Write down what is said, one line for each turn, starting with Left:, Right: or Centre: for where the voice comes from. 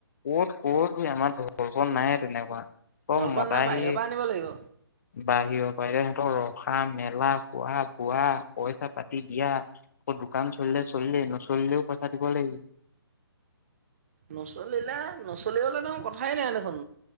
Left: ক'ত ক'ত ত আমাৰ ঢল অ নাই তেনেকুৱা । অ
Right: জলপান
Left: মদাহি
Right: নাই বাহিৰৰ পৰা আনিব লাগিব
Left: বাহিঅ পাৰিলে সিহঁতৰ ৰ থকা মেলা খোৱা বোৱা পইচা পাতি দিয়া, আকৌ দোকান চলিলে চলিলেই নচলিলেও পইচা দিব লাগিব ।
Right: নচলিলে নচলিবলে ত কথাই নাই দেখোন,